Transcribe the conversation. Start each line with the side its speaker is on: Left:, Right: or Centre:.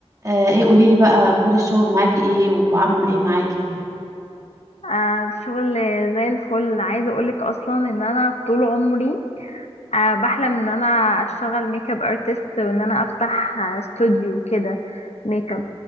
Right: آه ايه قولي لي بقى اخبار الشغل معاكي ايه وعامل ايه معاكي وكده
Left: آه، الشغل زي الفل عايزه اقولك اصلا ان انا طول عمري آه، بحلم ان انا اشتغل ميك اب ارتست وان انا افتح آه، استوديو كده ميك اب